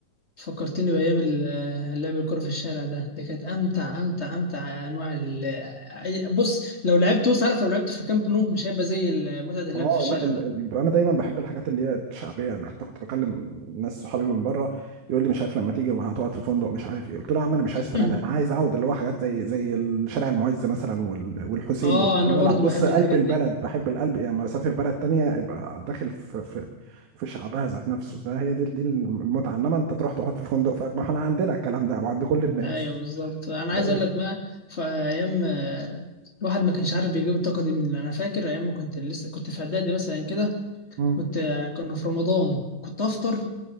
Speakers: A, on the left (about 20°); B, on the right (about 65°).
A: فكرتني بأيام ال- آه، لعب الكرة في الشارع ده دي كانت أمتع أمتع أمتع أنواع ال آه، أي- بص لو لعبت بص عارف لو لعبت في كامب نو مش هيبقى زي ال- متعة اللعب
B: اه
A: في الشارع
B: لا ال...
A: ده
B: ال- انا دايما بحب الحاجات اللي هي الشعبيه يعني حتى كنت بكلم ناس صحابي من بره يقول لي مش عارف لما تيجي هتقعد في فندق مش عارف ايه قلت له يا عم انا مش
A: <laughs>
B: عايز فنادق انا عايز اقعد اللي هو حاجات زي زي الشارع المعز مثلا وال... والحسين
A: اه
B: وال...
A: أنا
B: اللي
A: برضو
B: هو الع- بص
A: بحب
B: قلب
A: الحاجات
B: البلد
A: دي
B: بحب القلب يعني لما اسافر بلد تانية يبقى داخل في في في شعبها ذات نفسه ده هي دي دي المتعه انما انت تروح تقعد في فندق فما احنا عندنا الكلام ده عند كل الناس
A: ايوه بالظبط انا عايز
B: ف...
A: اقول لك بقى في ايام آه، الواحد ما كانش عارف بيجيب الطاقه دي منين انا فاكر ايام ما كنت لسه كنت في اعدادي مثلا كده
B: مم.
A: كنت آه، كنا في رمضان كنت افطر